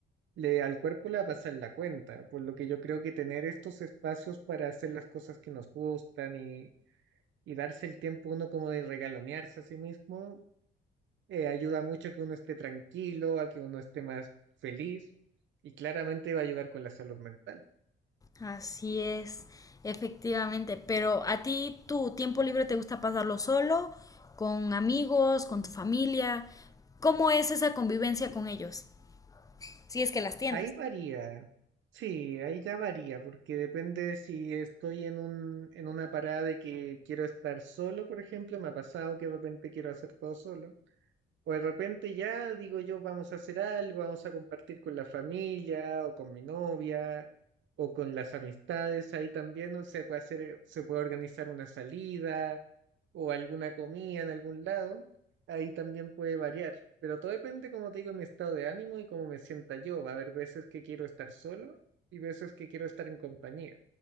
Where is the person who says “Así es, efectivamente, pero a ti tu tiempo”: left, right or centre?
Left